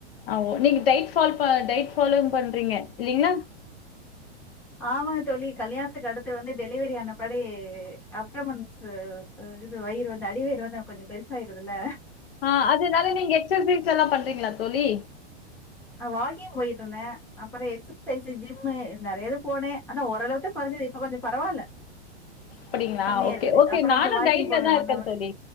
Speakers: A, on the left; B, in the centre.
A: அ ஓ நீங்க டைட் ஃபால் பா டைட் ஃபாலோங் பண்றீங்க இல்லீங்களா
B: ஆமாங்க தோழி கல்யாணத்துக்கு அடுத்து வந்து டெலிவரி ஆன படி அப்டமன்ஸ் அ இது வயிறு வந்து அடிவயிறு வந்து கொஞ்ச பெருசாயிருது இல்ல
A: ஆ அதுனால நீங்க எக்சசீஸ்ல்லா பண்றீங்களா தோழி
B: அ வாக்கிங் போயிட்டு இருந்தே அப்புற எக்சசைஸ் ஜிம்மு நெறைய இது போனே ஆனா ஓரளவுத்த குறைஞ்சது இப்ப கொஞ்ச பரவால்ல
A: அப்டிங்களா
B: கம்மியா
A: ஓகே
B: இருக்குது.
A: ஓகே
B: அப்புறம்
A: நானு
B: வந்து வாக்கிங்
A: டயட்ல
B: போவேன்
A: தா இருக்கே
B: ஹவரு.
A: தோழி